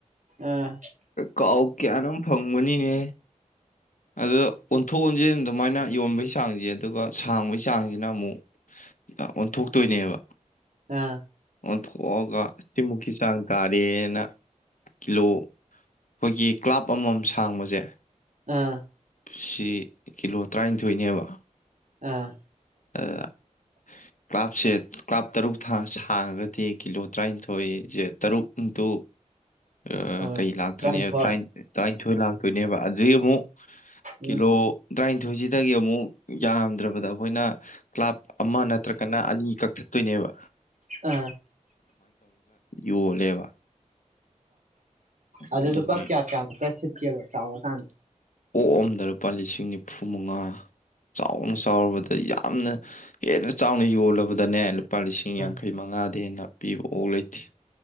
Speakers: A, on the right (about 70°); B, on the left (about 75°).
A: ꯑꯥ
B: ꯀꯥꯎ ꯀꯌꯥꯅꫭꯝ꯫ ꯐꯪꯕꯅꯤꯅꯦ꯫ ꯑꯗꯨ ꯑꯣꯟꯊꯣꯛ ꯑꯣꯟꯁꯤ ꯑꯗꯨꯃꯥꯏꯅ ꯌꯣꯟꯕꯩ ꯆꯥꯡꯁꯦ ꯑꯗꯨꯒ ꯁꯥꯡꯕꯩ ꯆꯥꯡꯁꯤꯅ ꯑꯃꯨꯛ ꯑꯣꯟꯊꯣꯛꯇꯣꯏꯅꯦꯕ꯫
A: ꯑꯥ
B: ꯑꯣꯟꯊꯣꯛꯑꯒ ꯇꯤꯃꯨꯛꯀꯤꯆꯥꯡ꯫ ꯀꯥꯔꯤꯅꫭ ꯀꯤꯂꯣ ꯑꯈꯣꯏꯒꯤ ꯀ꯭ꯂꯥꯞ ꯑꯃꯃꯝ ꯁꯥꯡꯕꯁꯦ꯫
A: ꯑꯥ꯫
B: ꯁꯤ ꯀꯤꯂꯣ ꯇꯔꯥꯅꯤꯊꯣꯏꯅꯦꯕ꯫
A: ꯑꯥ꯫
B: ꯑꯃꯥ ꯀ꯭ꯂꯥꯞꯁꯦ ꯀ꯭ꯂꯥꯞ ꯇꯔꯨꯛ ꯊꯥ ꯁꯥꯡꯉꯒꯗꯤ ꯀꯤꯂꯣ ꯇꯔꯥꯅꯤꯊꯣꯏꯁꯦ ꯇꯔꯨꯛ ꯏꯟꯇꯨ꯫ ꯑꯥ
A: ꯍꯣꯏ
B: ꯀꯩ ꯂꯥꯛꯇꯣꯏꯅ‌ꯦ
A: ꯇꯔꯥꯅꯤꯊꯣꯏ
B: ꯇꯔꯥꯅꯤꯊꯣꯏ ꯂꯥꯛꯇꯣꯏꯅꯦꯕ ꯑꯗꯨꯏ ꯑꯃꯨꯛ ꯀꯤꯂꯣ
A: ꯎꯝ
B: ꯇꯔꯥꯏꯟ꯫ ꯏꯊꯣꯏꯁꯤꯗꯒꯤ ꯑꯃꯨꯛ ꯌꯥꯝꯗ꯭ꯔꯕꯗ ꯑꯈꯣꯏꯅ꯫ ꯀ꯭ꯂꯥꯞ ꯑꯃ ꯅꯠꯇ꯭ꯔꯒꯅ ꯑꯅꯤ ꯀꯛ ꯊꯠꯇꯣꯏꯅꯦꯕ꯫
A: ꯑ
B: ꯌꯣꯜꯂꯦꯕ
A: ꯑꯗꯨ
B: ꯑꯗꯨꯒꯤ
A: ꯂꯨꯄꯥ ꯀ꯭ꯌꯥ ꯀ꯭ꯌꯥ ꯃꯨꯛꯀ ꯁꯤꯠ꯫ ꯀꯦꯕ ꯆꯥꯎꯔꯛꯀꯥꯟꯗ꯫
B: ꯑꯣꯛꯑꯝꯗ ꯂꯨꯄꯥ ꯂꯤꯁꯤꯡ ꯅꯤꯐꯨꯃꯉꯥ ꯆꯥꯎꯅ ꯆꯥꯎꯔꯕꯗ ꯌꯥꯝꯅ ꯍꯦꯟꯅ ꯆꯥꯎꯅ ꯌꯣꯜꯂꯕꯗꯅꯦ ꯂꯨꯞ꯫ ꯂꯨꯄꯥ ꯂꯤꯁꯤꯡ
A: ꯑꯥ
B: ꯌꯥꯡꯈꯩ ꯃꯉꯥꯗꯩ ꯍꯦꯟꯅ꯫ ꯄꯤꯕ ꯑꯣꯛ ꯂꯩꯇꯦ꯫